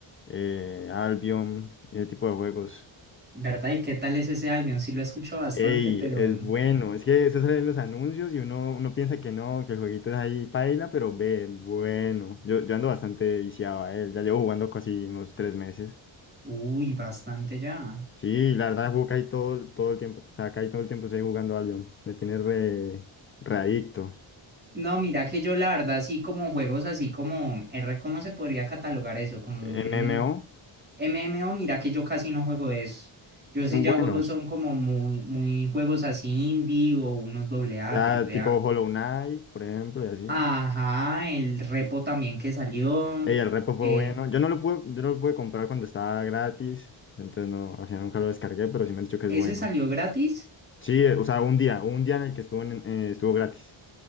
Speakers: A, on the left; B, on the right.
A: eh, Albion, y ese tipo de juegos.
B: ¿Verdad? ¿Y qué tal es ese Albion? Sí lo escucho bastante,
A: Ey,
B: pero...
A: es bueno, es que eso sale en los anuncios y uno, uno piensa que no, que el jueguito es ahí paila, pero ve, bueno. Yo, yo ando bastante viciado a él, ya llevo jugando casi unos tres meses.
B: Uy, bastante ya.
A: Sí, la verdad juego casi todo, todo el tiempo, o sea, casi todo el tiempo estoy jugando Albion, me tiene re, re adicto.
B: No, mira que yo la verdad sí como juegos así como R, ¿cómo se podría catalogar eso? Como
A: MMO
B: un MMO, mira que yo casi no juego de eso. Yo
A: son
B: sí ya
A: buenos.
B: juego son como muy, muy juegos así indie o unos doble A,
A: Ya
B: triple
A: tipo
B: A.
A: Hollow Knight, por ejemplo, y así.
B: Ajá, el repo también que salió.
A: Ey, el repo fue
B: eh,
A: bueno. Yo no lo pude, yo no lo pude comprar cuando estaba gratis. Entonces no, al final nunca lo descargué, pero sí me han dicho que es
B: ¿ese
A: bueno.
B: salió gratis?
A: Sí, eh, o sea, un día, un día en el que estuvo en- eh, estuvo gratis.